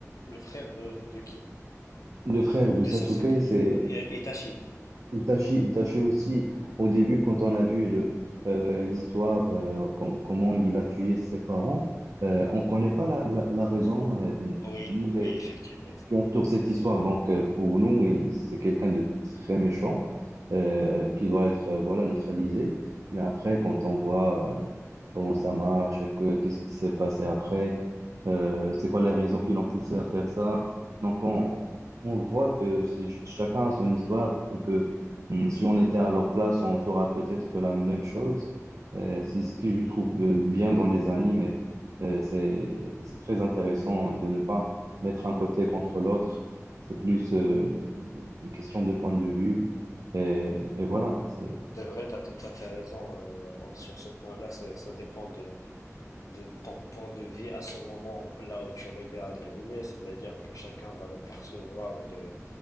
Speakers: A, on the left; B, on the right.
A: le frère de, de qui?
B: Le frère de
A: De
B: Sasuke
A: Sasuke.
B: c'est
A: Euh, Itachi.
B: Il tâchait, il tâchait aussi, au début, quand on a vu le, euh, l'histoire, euh, com- comment il a tué ses parents, euh, on ne connaît pas la, la, la raison, euh, ni
A: Oui,
B: les
A: oui, effectivement.
B: qui entourent cette histoire. Donc, euh, pour nous, il- c'est quelqu'un de très méchant, euh, qui doit être, euh, voilà, neutralisé. Mais après, quand on voit, euh, comment ça marche, que- qu'est-ce qui s'est passé après, euh, c'est quoi les raisons qui l'ont poussé à faire ça. Donc, on, on voit que c'est- ch- chacun a son histoire, Hmm, Si on était à leur place, on fera peut-être la même chose. Euh, c'est ce que je trouve euh, bien dans les animes. Euh, c'est, c'est très intéressant de ne pas mettre un côté contre l'autre. C'est plus euh, une question de point de vue. Et, et voilà. C'est,
A: C'est vrai, tu as tout à fait raison euh, en- sur ce point-là. Ça, ça dépend de, de ton point de vue à ce moment-là où tu regardes l'animé, c'est-à-dire que chacun va le percevoir de,